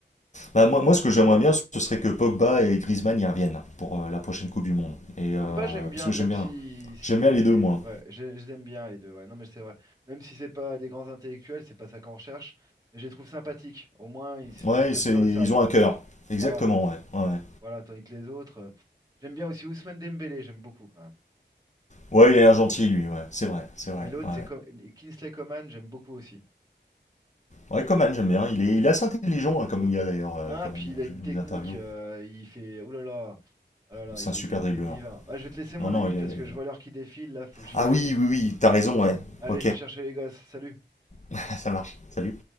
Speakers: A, on the left (about 40°); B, on the right (about 20°).
A: Bah, moi, moi, ce que j'aimerais bien, ce serait que Pogba et Griezmann y reviennent pour euh, la prochaine Coupe du Monde. Et,
B: Pogba,
A: euh,
B: j'aime bien,
A: parce que
B: même
A: j'aime bien.
B: si s'il
A: J'aime
B: est.
A: bien les deux, moi.
B: Ouais, je, je les aime bien les deux. Ouais, non, mais c'est vrai. Même si c'est pas des grands intellectuels, c'est pas ça qu'on recherche. Mais je les trouve sympathiques. Au moins, ils, s-
A: Ouais,
B: ils se prennent
A: c'est,
B: pas
A: ils
B: au sérieux.
A: ont un cœur. Exactement,
B: Voilà,
A: ouais. Ouais, ouais.
B: voilà. Tandis que les autres. euh, pff. J'aime bien aussi Ousmane Dembélé, j'aime beaucoup quand même.
A: Ouais, il a l'air gentil, lui, ouais. C'est vrai, c'est vrai.
B: Et l'autre,
A: Ouais.
B: c'est Co- Kingsley Coman, j'aime beaucoup aussi.
A: Ouais, Coman, j'aime bien. Il est, il est assez intelligent hein, comme gars d'ailleurs, euh,
B: Ah,
A: Coman.
B: puis il a une
A: J'ai vu
B: technique,
A: des interviews.
B: euh, il fait. Ouh là là, oh là là,
A: C'est
B: il
A: un super
B: est, il
A: dribbleur.
B: est divin. Ah, je vais te laisser, mon
A: Non, non,
B: ami,
A: il
B: parce
A: est.
B: que je vois l'heure qui défile, là, faut que j'y
A: Ah
B: aille.
A: oui, oui, oui, t'as raison, ouais.
B: Allez,
A: Ok,
B: je vais chercher les gosses, salut!
A: <laughs> ça marche. Salut.